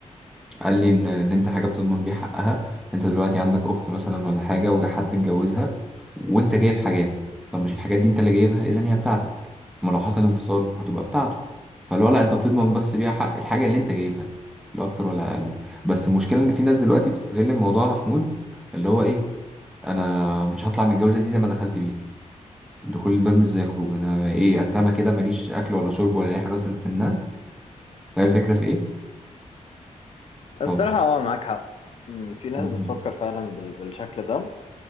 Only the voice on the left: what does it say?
الصراحة
اه معاك حق مم، في ناس
بتفكر
فعلا بال- بالشكل ده